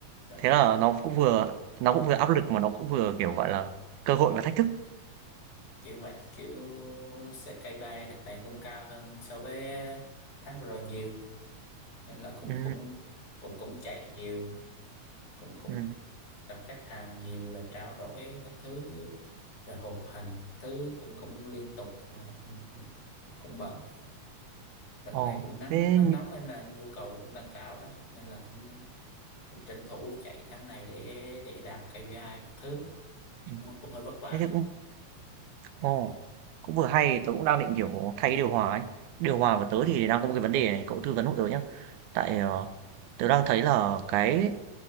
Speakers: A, on the left (about 75°); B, on the right (about 80°).
A: dạ,
B: Thế
A: đúng
B: là
A: rồi
B: nó cũng vừa nó cũng vừa áp lực mà nó cũng vừa, kiểu, gọi là, cơ hội và thách thức.
A: kiểu vậy kiểu xe cây bay đợt này cũng cao hơn so với tháng vừa rồi nhiều nên là cũng
B: Ừ,
A: cũng cũng cũng chạy nhiều cũng cũng
B: ừ,
A: gặp khách hàng nhiều rồi trao đổi các thứ rồi họp hành thứ cũng cũng liên tục nên là cũng cũng cũng bận đợt
B: ờ,
A: này cũng nắng
B: thế
A: nắng
B: như
A: nóng nên là nhu cầu cũng tăng cao đó nên là cũng cũng tranh thủ chạy tháng này để để đạt KPI các thứ cũng
B: ừm,
A: cũng hơi vất vả
B: thế thì cũng Ồ, cũng vừa hay, tớ cũng đang định, kiểu, thay cái điều hòa ấy. Điều hòa của tớ thì đang có một cái vấn đề này, cậu tư vấn hộ tớ nhá. Tại, ờ, tớ đang thấy là cái